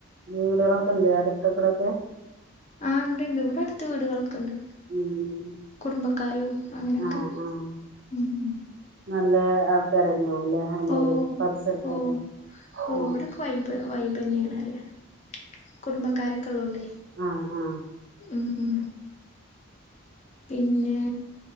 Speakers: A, on the right; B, on the left.
A: വീടുകളൊക്കെയില്ലേ അടുത്തുക്കൂടെയൊക്കെ
B: ആ ഇണ്ടിണ്ട് ഇവിടെ അടുത്ത് വീടുകളൊക്കെണ്ട്
A: ഉം
B: കുടുംബക്കാരും അങ്ങനെയൊക്കെ
A: ആഹ് ആഹ്
B: ഉം ഉം
A: നല്ല ആൾക്കാരെന്നെയോ ഉള്ളെ എല്ലാരും
B: ഓ
A: പരിസരത്തൊക്കെ
B: ഓ ഓ
A: ഉം
B: ഇവിടെക്കെ വൈബ് വൈബന്നെയാണെന്ന് പറയാ കുടുംബക്കാരൊക്കെ ഉള്ളോണ്ടേ
A: ആ ആ
B: ഉം ഉം പിന്നെ